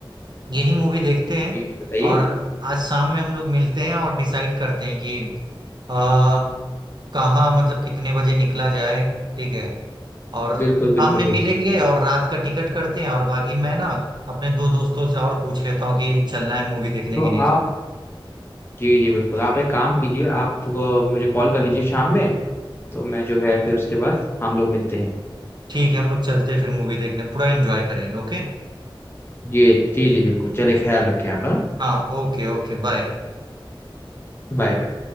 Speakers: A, on the right; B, on the left.
A: यही मूवी देखते हैं
B: जी जी बताइए
A: और आज शाम में हम लोग मिलते हैं और डिसाइड करते हैं कि आ, कहाँ मतलब कितने बजे निकला जाए ठीक है और
B: बिल्कुल
A: शाम
B: बिल्कुल
A: में
B: बिल्कुल
A: मिलेंगे और रात का टिकट करते हैं और बाकी मैं ना अपने दो दोस्तों से और पूछ लेता हूँ कि चलना है मूवी देखने
B: तो
A: की नहीं चलना
B: आप जी जी बिल्कुल आप एक काम कीजिए आप तो मुझे कॉल कर लीजिए शाम में तो मैं जो है फिर उसके बाद हम लोग मिलते हैं
A: ठीक है हम लोग चलते हैं फिर मूवी देखने पूरा एंजॉय करेंगे ओके
B: जी जी जी बिल्कुल चलिए ख्याल रखें आप हाँ?
A: हाँ ओके ओके बाय
B: Bye bye